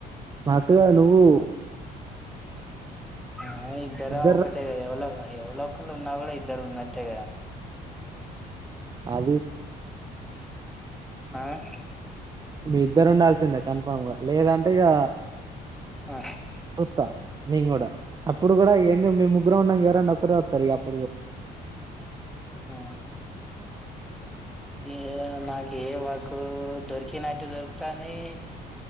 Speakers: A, on the right; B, in the centre.
A: మాకుగ నువ్వు.
B: ఆయ్ ఇద్దరం
A: ఇద్దరు
B: ఒకటే లే ఎవలో కాయ్. ఎవలో ఒకళ్ళు ఉన్నా కూడా ఇద్దరు ఉన్నట్టేగా.
A: అది
B: ఆహ్
A: మీ ఇద్దరు ఉండాల్సిందే కన్ఫామ్ గా లేదంటే ఇక
B: ఆ
A: సుత్తా. నేను కూడా అప్పుడు కూడా ఎందుకు మీ ముగ్గురం ఉన్నాక ఎవరన్నా ఒకరే వస్తారు ఇగ అప్పుడు కూడా.
B: ఆ ఏదో నాకు ఏం అర్ కో దొరికినట్టు దొరుకుతన్నయి.